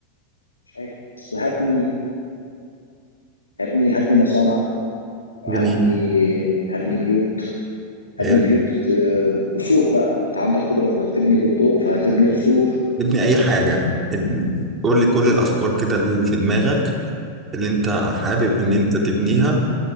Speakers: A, on the left; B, on the right.
A: مش عارف بس هبني هبني هبني مصانع
B: جميل
A: هبني هبني بيوت هبني
B: حلو.
A: بيوت آه، قصور بقى أنت عندك قدرة إنك تبني بالضوء فهتبني قصور
B: ابني اي حاجة ال- قول لي كل الافكار كده اللي في دماغك اللي انت حابب ان انت تبنيها